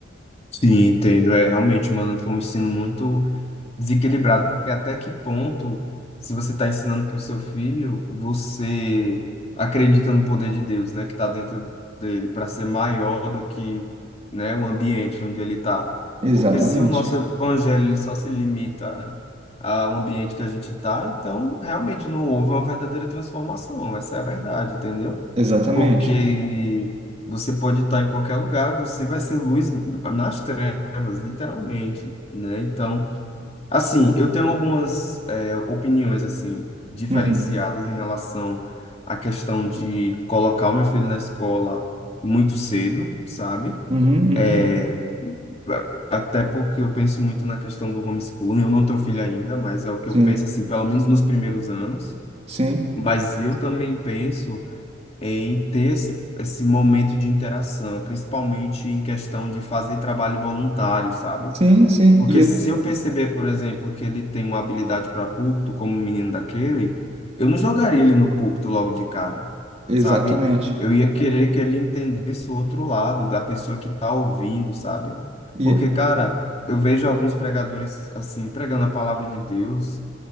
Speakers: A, on the left (about 30°); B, on the right (about 35°).
A: Sim, entendo. É, realmente, mano, foi um ensino muito. desequilibrado, porque até que ponto, se você está ensinando para o seu filho, você acredita no poder de Deus, né, que está dentro dele, para ser maior do que, né, o ambiente onde ele está.
B: Exatamente.
A: Porque se o nosso evangelho ele só se limita ao ambiente que a gente está, então realmente não houve uma verdadeira transformação. Essa é a verdade, entendeu?
B: Exatamente.
A: Porque Você pode estar em qualquer lugar, você vai ser luz nas trevas, literalmente, né? Então, Assim, eu tenho algumas eh, opiniões assim diferenciadas
B: Uhum.
A: em relação à questão de colocar o meu filho na escola muito cedo, sabe?
B: Uhum, uhum.
A: Eh, a- até porque eu penso muito na questão do homeschooling. Eu não tenho filho ainda, mas é o que
B: Sim,
A: eu penso assim, pelo menos nos primeiros anos.
B: sim,
A: Mas eu também penso em ter esse, esse momento de interação, principalmente em questão de fazer trabalho voluntário, sabe?
B: sim, sim.
A: Porque
B: E é-
A: se eu perceber, por exemplo, que ele tem uma habilidade para púlpito, como o menino daquele, eu não jogaria ele no púlpito logo de cara,
B: exatamente.
A: sabe? Eu ia querer que ele entendesse o outro lado da pessoa que tá ouvindo, sabe?
B: E,
A: Porque,
B: é-
A: cara, eu vejo alguns pregadores, assim, pregando a palavra de Deus